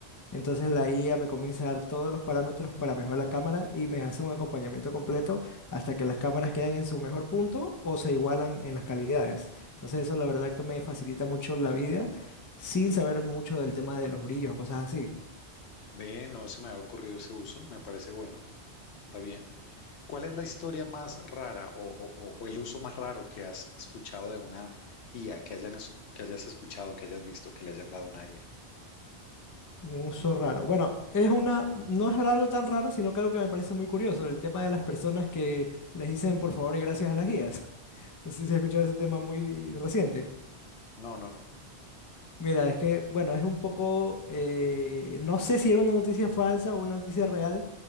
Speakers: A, on the left; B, on the left.
A: Entonces la IA me comienza a dar todos los parámetros para mejorar la cámara y me hace un acompañamiento completo hasta que las cámaras quedan en su mejor punto o se igualan en las calidades. Entonces eso la verdad que me facilita mucho la vida sin saber mucho del tema de los brillos o cosas así.
B: Ve, no se me ha ocurrido ese uso, me parece bueno, está bien. ¿Cuál es la historia más rara o, o- o- o el uso más raro que has escuchado de una IA, que hayan, es- que hayas escuchado, que hayas visto, que le hayan dado una IA?
A: Un uso raro. Bueno, es una, no es algo tan raro, sino que algo que me parece muy curioso, el tema de las personas que les dicen por favor y gracias a las guías. <laughs> No sé si has escuchado ese tema muy reciente.
B: No, no, no.
A: Mira, es que, bueno, es un poco, eh, no sé si era una noticia falsa o una noticia real,